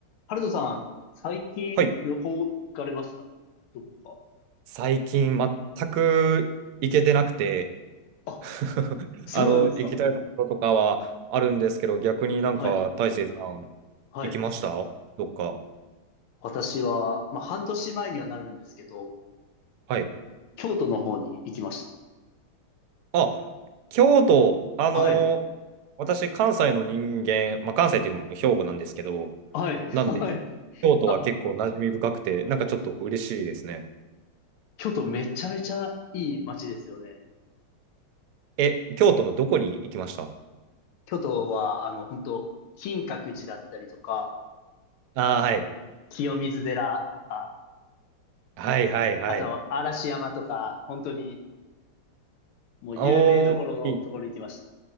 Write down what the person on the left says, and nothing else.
ハルトさん、最近旅行行かれましたどこ
か。あ、
そうなんですか。
はい。はい。
私は、まあ、半年前にはなるんですけど、
京都の方に行きました。
はい。
はい。
はい。
あ、
京都めちゃめちゃいい街ですよね。
京都は、あの、本当金閣寺だったりとか、
清水寺とか、
あと、嵐山とか、本当に、もう有名どころのところ行きました。